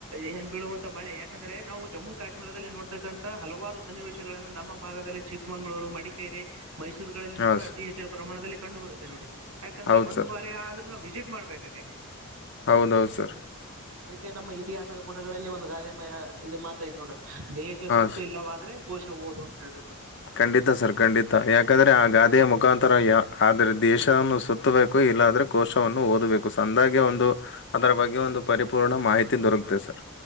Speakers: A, on the right (about 90°); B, on the left (about 55°).
A: ಏನ್ ಬೀಳುವಂತ ಮಳೆ ಯಾಕಂದ್ರೆ ನಾವು ಜಮ್ಮು ಕಾಶ್ಮೀರದಲ್ಲಿ ನೋಡ್ತಕ್ಕಂತ ಹಲವಾರು ಸನ್ನಿವೇಶಗಳನ್ನು ನಮ್ಮ ಭಾಗದಲ್ಲಿ ಚಿಕ್ಕಮಗಳೂರು ಮಡಿಕೇರಿ ಮೈಸೂರುಗಳಲ್ಲಿ
B: ಹಾ
A: ಕೂಡ
B: ಸರ್
A: ಅತಿ ಹೆಚ್ಚಿನ ಪ್ರಮಾಣದಲ್ಲಿ ಕಂಡು ಬರುತ್ತೆ ನೋಡಿ ಯಾಕಂದ್ರೆ
B: ಹೌದು
A: ಒಂದು
B: ಸರ್
A: ಬಾರಿ ಆದ್ರೂ ವಿಸಿಟ್ ಮಾಡ್ಬೇಕಲ್ಲಿ
B: ಹೌದೌದು ಸರ್
A: ೆ ನಮ್ಮ ಇತಿಹಾಸದ ಪುಟಗಳಲ್ಲಿ ಒಂದು ಗಾದೆ ಮಯ ಇದು ಮಾತಾಯ್ ನೋಡ್ರ ದೇಶ
B: ಹಾ
A: ಸುತ್ತು
B: ಸರ್
A: ಇಲ್ಲವಾದ್ರೆ ಕೋಶ ಓದು ಅಂತ ಹೇಳ್ಬಿಟ್ಟು
B: ಖಂಡಿತ ಸರ್ ಖಂಡಿತ ಯಾಕಂದ್ರೆ ಆ ಗಾದೆಯ ಮುಖಾಂತರ ಯ ಆದರೆ ದೇಶ ಸುತ್ತಬೇಕು ಇಲ್ಲ ಆದ್ರೆ ಕೋಶವನ್ನು ಓದಬೇಕು ಸಂದಾಗೆ ಒಂದು ಅದರ ಬಗ್ಗೆ ಒಂದು ಪರಿಪೂರ್ಣ ಮಾಹಿತಿ ದೊರಕತೆ ಸರ್